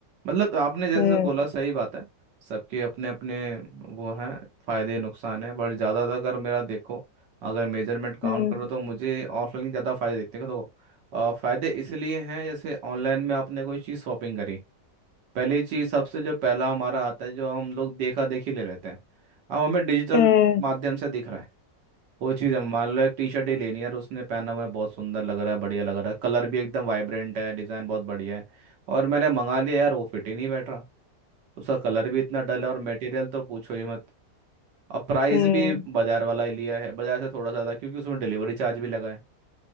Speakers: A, on the right; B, on the left.
A: मतलब आपने जैसे
B: हम्म
A: से बोला सही बात है सबके अपने अपने वो हैं फायदे नुकसान हैं बट ज़्यादातर अगर मेरा देखो अगर मेजरमेंट काउंट
B: हम्म
A: करो तो मुझे ऑफलाइन के ज़्यादा फायदे दिखते हैं तो अ, फायदे इसलिए हैं जैसे ऑनलाइन में आपने कोई चीज़ शॉपिंग करी पहली चीज़ सबसे जो पहला हमारा आता है जो हम लोग देखा देखी ले लेते हैं अब हमें डिजिटल
B: 嗯嗯嗯嗯，हाँ
A: माध्यम से दिख रहा है कोई चीज़ है मान लो एक टी शर्ट ही लेनी है और उसने पहना हुआ है बहुत सुंदर लग रहा है बढ़िया लग रहा है कलर भी एकदम वाइब्रेंट है डिज़ाइन बहुत बढ़िया है और मैंने मंगा लिया यार वो फिट ही नहीं बैठ रहा उसका कलर भी इतना डल है और मटेरियल तो पूछो ही मत अब प्राइस
B: हम्म
A: भी बाजार वाला ही लिया है बाजार से थोड़ा ज़्यादा क्योंकि उसमें डिलीवरी चार्ज भी लगा है